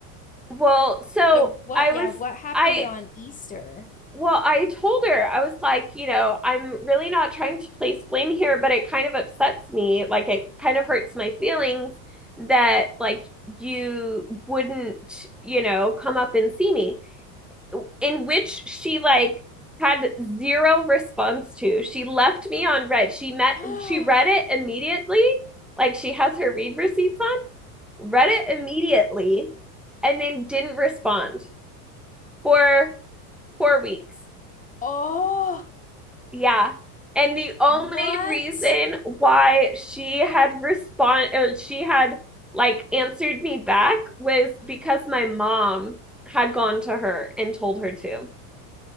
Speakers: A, in the centre; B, on the left (about 15°).
A: Well, so
B: So what,
A: I
B: yeah,
A: was,
B: what happened
A: I,
B: on Easter?
A: Well, I told her, I was like, you know, I'm really not trying to place blame here, but it kind of upsets me. Like, it kind of hurts my feelings that, like, you wouldn't, you know, come up and see me. In which she, like, had zero response to. She left me on red. She met,
B: <gasps>
A: she read it immediately. Like, she has her read receipts on, read it immediately, and then didn't respond for four weeks.
B: Oh,
A: Yeah. And the only
B: what?
A: reason why she had respond or she had like answered me back was because my mom had gone to her and told her to.